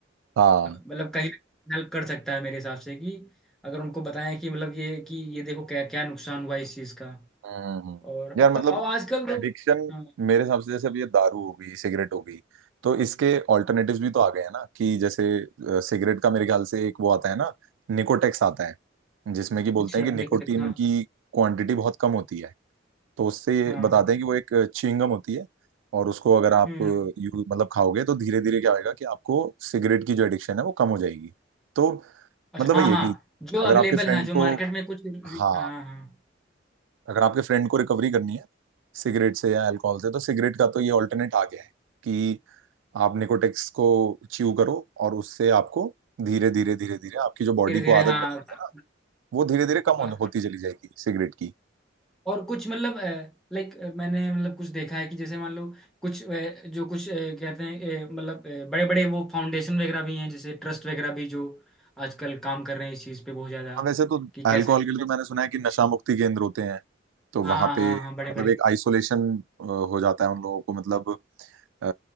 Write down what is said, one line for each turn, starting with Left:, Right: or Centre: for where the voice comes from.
Right: हाँ
Centre: मतलब कहीं हेल्प कर सकता है मेरे हिसाब से कि अगर उनको बताएं कि मतलब ये कि ये देखो क्या क्या नुकसान हुआ इस चीज़ का
Right: हम्म हम्म।
Centre: और
Right: यार मतलब
Centre: अब आजकल
Right: एडिक्शन
Centre: तो हाँ।
Right: मेरे हिसाब से जैसे अब ये दारू हो गई सिगरेट हो गई तो इसके ऑल्टरनेटिव्स भी तो आ गए हैं ना कि जैसे अ, सिगरेट का मेरे ख्याल से एक वो आता है ना निकोटेक्स आता है जिसमें कि बोलते
Centre: अच्छा
Right: हैं कि निकोटीन
Centre: देखो कितना
Right: की क्वांटिटी बहुत कम होती है तो उससे ये
Centre: हाँ
Right: बताते हैं कि वो एक च्युइंगम होती है और उसको अगर आप
Centre: हम्म
Right: यू मतलब खाओगे तो धीरे धीरे क्या होएगा कि आपको सिगरेट की जो एडिक्शन है वो कम हो जाएगी तो
Centre: अच्छा
Right: मतलब वही
Centre: हाँ हाँ
Right: है कि
Centre: जो अवेलेबल
Right: अगर आपके फ्रेंड
Centre: है जो
Right: को
Centre: मार्केट में कुछ
Right: हाँ
Centre: हाँ हाँ
Right: अगर आपके फ्रेंड को रिकवरी करनी है सिगरेट से या अल्कोहल से तो सिगरेट का तो ये ऑल्टरनेट आ गया है कि आप निकोटेक्स को च्यू करो और उससे आपको धीरे धीरे धीरे धीरे आपकी जो बॉडी
Centre: धीरे धीरे
Right: को आदत
Centre: हाँ
Right: बनी है ना वो धीरे धीरे कम
Centre: ब-
Right: हो- होती चली जाएगी सिगरेट की
Centre: और कुछ मतलब लाइक मैंने मतलब कुछ देखा है कि जैसे मान लो कुछ अ, जो कुछ अ, कहते हैं अ, मतलब बड़े बड़े वो फाउंडेशन वगैरह भी हैं जैसे ट्रस्ट वगैरह भी जो आजकल काम कर रहे हैं इस चीज़ पे बहुत ज़्यादा
Right: हाँ वैसे तो
Centre: कि
Right: अल्कोहल
Centre: कैसे
Right: के लिए तो मैंने सुना है कि नशा मुक्ति केंद्र होते हैं तो
Centre: हाँ
Right: वहां
Centre: हाँ
Right: पे
Centre: हाँ बड़े
Right: मतलब
Centre: बड़े
Right: एक आइसोलेशन हो जाता है उन लोगों को मतलब अ,